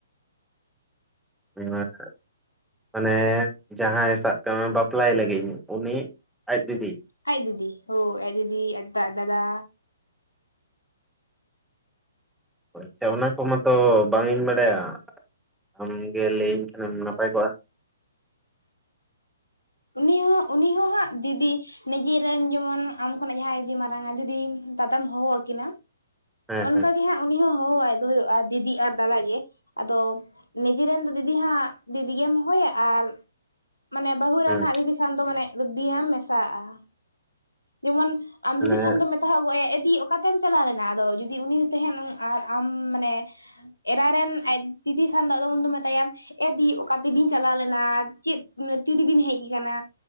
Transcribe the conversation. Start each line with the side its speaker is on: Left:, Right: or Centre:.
Centre: <unintelligible> ᱢᱟᱱᱮ ᱡᱟᱦᱟᱸᱭ ᱥᱟᱵ ᱠᱟᱜ ᱢᱮ ᱵᱟᱯᱞᱟᱭ ᱞᱟᱹᱜᱤᱫ ᱩᱱᱤ ᱟᱡ ᱫᱤᱫᱤ
Left: ᱟᱡ ᱫᱤᱫᱤ ᱦᱳᱭ ᱟᱡ ᱫᱤᱫᱤ ᱟᱡ ᱛᱟ ᱟᱡ ᱫᱟᱫᱟ
Centre: ᱟᱪᱪᱷᱟ ᱚᱱᱟ ᱠᱚᱢᱟ ᱛᱚ ᱵᱟᱝ ᱤᱧ ᱵᱟᱲᱟᱭᱟ ᱟᱢᱜᱮ ᱞᱟᱹᱭᱟᱹᱧ ᱠᱷᱟᱱᱮᱢ ᱱᱟᱯᱟᱭ ᱠᱚᱜᱼᱟ
Left: ᱩᱱᱤ ᱦᱚᱸ ᱩᱱᱤ ᱦᱚᱸ ᱦᱟᱸᱜ ᱫᱤᱫᱤ ᱱᱤᱡᱮ ᱨᱮᱱ ᱡᱮᱢᱚᱱ ᱟᱢ ᱠᱷᱚᱱᱟᱜ ᱡᱟᱦᱟᱸᱭ ᱡᱩᱫᱤ ᱢᱟᱨᱟᱝᱟ ᱫᱤᱫᱤ ᱫᱟᱫᱟᱢ ᱦᱚᱦᱚ ᱟᱹᱠᱤᱱᱟ
Centre: ᱦᱮᱸ
Left: ᱚᱱᱠᱟ
Centre: ᱦᱮᱸ
Left: ᱜᱮ ᱦᱟᱸᱜ ᱩᱱᱤ ᱦᱚᱸ ᱦᱚᱦᱚ ᱣᱟᱭ ᱫᱚ ᱦᱩᱭᱩᱜᱼᱟ ᱫᱤᱫᱤ ᱟᱨ ᱫᱟᱫᱟ ᱜᱮ ᱟᱫᱚ ᱱᱤᱡᱮᱨᱮᱱ ᱫᱚ ᱫᱤᱫᱤ ᱦᱟᱸᱜ ᱫᱤᱫᱤ ᱜᱮᱢ ᱦᱚᱦᱚᱭᱟ ᱟᱨ ᱢᱟᱱᱮ ᱵᱟᱹᱦᱩ ᱨᱟᱱ
Centre: ᱦᱮᱸ
Left: ᱦᱟᱸ ᱫᱤᱫᱤ ᱠᱷᱟᱱ ᱫᱚ ᱢᱟᱱᱮ ᱵᱮᱭᱟᱢ ᱢᱮᱥᱟᱣᱟᱜᱼᱟ ᱡᱮᱢᱚᱱ ᱟᱢ ᱫᱤᱫᱤ
Centre: ᱢᱟᱱᱮ
Left: ᱠᱷᱟᱱ ᱫᱚ <unintelligible> ᱛᱚᱜ ᱮᱤᱫᱤ ᱚᱠᱟᱛᱮᱢ ᱪᱟᱞᱟᱣ ᱞᱮᱱᱟ ᱟᱫᱚ ᱡᱩᱫᱤ ᱩᱱᱤ ᱛᱟᱦᱮᱱ ᱟᱨ ᱟᱢ ᱢᱟᱱᱮ ᱮᱨᱟ ᱨᱮᱱ ᱟᱡ ᱫᱤᱫᱤ ᱠᱷᱟᱱ ᱫᱚ ᱟᱫᱚ ᱩᱱ ᱫᱚ ᱢᱮᱛᱟᱭᱟᱢ ᱮ ᱫᱤ ᱚᱠᱟ ᱛᱮᱵᱤᱱ ᱪᱟᱞᱟᱣ ᱞᱮᱱᱟ ᱪᱮᱫ ᱛᱤᱨᱮᱵᱤᱱ ᱦᱮᱡ ᱟᱠᱟᱱᱟ